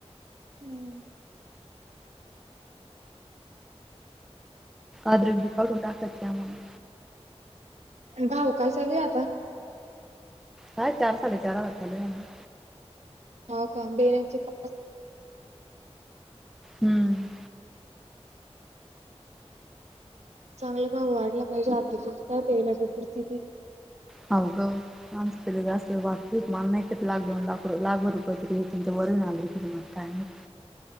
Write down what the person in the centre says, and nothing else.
आदृिकॉल <unintelligible> सत मग
काय चार साडे चार हजार चालू हाय म्हणे.
हम्म,
हावग. आमचं तरी जास्त वाग मला नाहीतरी लाकडाऊ लाख लाखोर रुपया तरी तुं वरून आलं कि, काय माहीत.